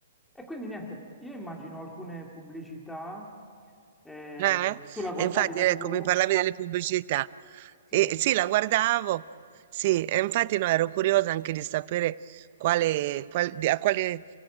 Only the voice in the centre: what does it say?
E quindi niente, io immagino alcune pubblicità, eh,
tu la guardavi
la
TV?
Sì,